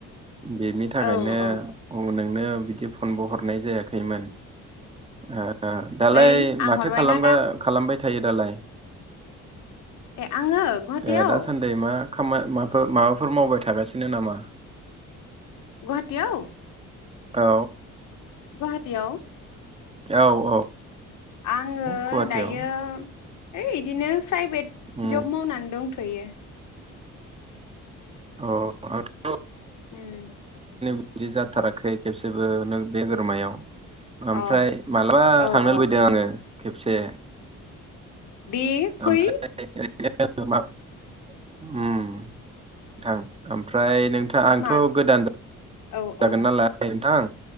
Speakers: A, on the right; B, on the left.
A: बेनि थाखायनो
B: औ औ
A: उ नोंनो बिदि फनबो हरनाय जायाखैमोन ओ ओ दालाय
B: नै आं
A: माथो
B: हरबायना
A: खालामगा
B: दा
A: खालामबाय थायो दालाय?
B: ए आङो गुवाहाटीयाव?
A: ए दासान्दि मा खामा माथ' माबाफोर मावबायथागासिनो नामा?
B: गुवाहाटियाव?
A: औ।
B: गुवाहाटीयाव?
A: औ औ।
B: आङो
A: गुवाहाटियाव
B: दायो है इदिनो प्राइभेट
A: उम
B: जब मावनानै दं। थयो।
A: औ।
B: उम।
A: बिदि जाथाराखै खेबसेबो नों बे बोरमायाव।
B: अ
A: ओमफ्राय माला
B: औ
A: थांनो
B: औ
A: लुबैदो आङो। खेबसे।
B: दे फै।
A: ओमफ्राय <unintelligible> उम थां ओमफ्राय था आंथ'
B: मा
A: गोदान
B: औ
A: जागोन
B: औ
A: नालाय नोंथां।